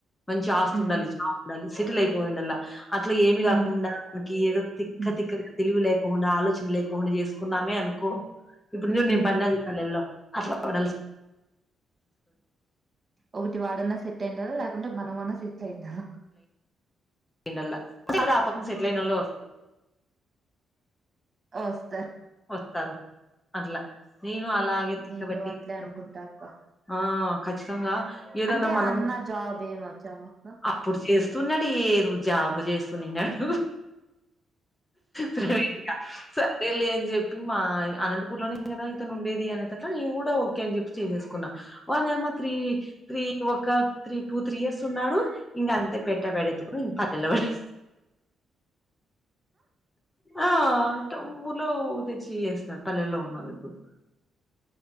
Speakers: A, on the left (about 25°); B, on the right (about 35°).
A: మంచి ఆస్తి
B: ఉమ్
A: ఉండాలి జాబ్ ఉండాలి. సెటిలై. పోయిండల. అట్లా ఏమి కాకుండా
B: ఉమ్
A: మనకి ఏదో తిక్క
B: ఉమ్
A: తిక్కగా తెలివి లే. కుండా ఆలోచన లేకుండా చేసుకున్నామే అనుకో. ఇప్పుడు చూడు
B: ఉమ్
A: నేను పడిన చూసిన లెల్లో అట్లా పడాల్స్
B: ఒకటి వాడన్నా సెట్ యుండాలి లేక్ ఉంటే మనమన్న సెట్లు అయిదాం
A: డల్ల తప్పకుండా సెట్ల్ అయిన వస్త.
B: వస్.
A: ఓస్తారు. అట్లా. నేను అలాగే తక్క
B: నేను
A: బట్టి
B: అట్లే
A: ఇంట్లో
B: అనుకుంటా అక్క
A: ఆ. ఖచ్చితంగా. ఏదన్నా
B: అంటే
A: మనం
B: అన్న జాబ్ ఏం వచ్చాము అక్క
A: అప్పుడు చేస్తున్నాడు ఏదో జాబు చేస్త. వినడు. ప్రవీగా సరేలే అని చెప్పి. మా అనంతపూర్ లోనే కదా ఇతను ఉండేది అనే తట్ల నేను కూడా ఓకే అని చెప్పి చేసేసుకున్నా ఓరి నీయమ్మ త్రీ త్రీ ఒక త్రీ టూ త్రీ ఇయర్స్ ఉన్నాడు ఇంక అంతే పెట్టబడేత్కుని పల్లెలో పడ్డాడు. ఆ తమ్ముళ్ళు తెచ్చి చేసినాడు పల్లెల్లో ఉన్నాం ఇప్పుడు.